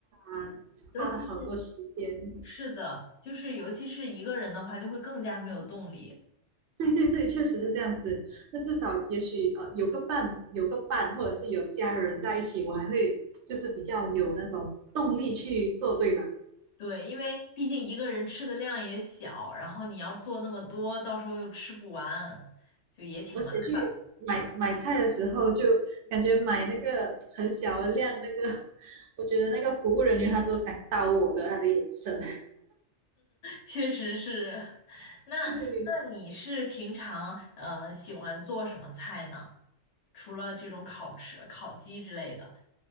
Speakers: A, on the right; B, on the left.
A: 啊，
B: 尤其是
A: 花了好多时间。
B: 是的，就是尤其是一个人的话，就会更加没有动力。
A: 对对对，确实是这样子。那至少也许呃有个伴，有个伴，或者是有家人在一起，我还会就是比较有那种动力去做，对吧？
B: 对，因为毕竟一个人吃的量也小，然后你要做那么多，到时候又吃不完，就也挺麻烦
A: 而且去买买菜的时候，就感觉买那个很小的量，那个 <laughs> 我觉得那个服务人员他都想刀我了，他的眼神。
B: 确实是。
A: <laughs>
B: 那那你是平常呃喜欢做什么菜呢？
A: 对，
B: 除了这种烤翅、烤鸡之类的。